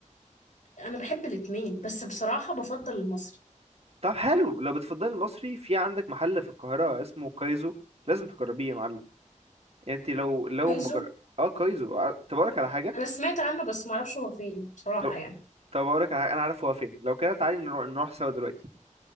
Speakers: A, on the left; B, on the right.
A: انا بحب الاتنين بس بصراحه بفضل المصري
B: طب حلو لو بتفضلي المصري في عندك محل في القاهرة اسمه كايزو لازم تجربيه يا معلم يعني انت لو لو
A: كايزو
B: مجر... اه كايزو اه، طب اقولك على حاجة
A: انا سمعت عنه بس ما اعرفش هو فين بصراحه
B: طب
A: يعني
B: طب اقولك على حاجة انا عارف هو فين لو كده تعالي نروح نروح سوا دلوقتي